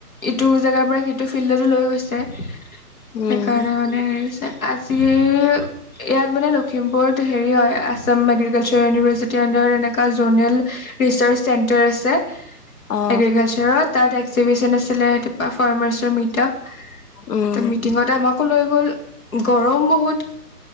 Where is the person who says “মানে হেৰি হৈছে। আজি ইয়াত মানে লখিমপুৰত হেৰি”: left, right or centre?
Left